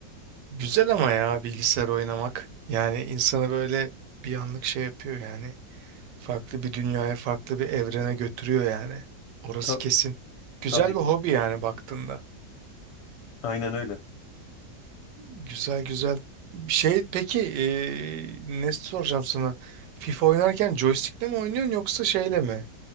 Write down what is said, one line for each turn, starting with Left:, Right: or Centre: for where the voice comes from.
Right: Güzel ama ya bilgisayar oynamak. Yani insanı böyle bir anlık şey yapıyor yani. Farklı bir dünyaya, farklı bir evrene götürüyor yani. Orası
Left: Ta-
Right: kesin. Güzel
Left: tabii
Right: bir
Left: ki.
Right: hobi yani baktığında.
Left: Aynen öyle.
Right: Güzel güzel. Şey peki eee, ne soracağım sana? FIFA oynarken joystick'le mi oynuyorsun yoksa şeyle mi?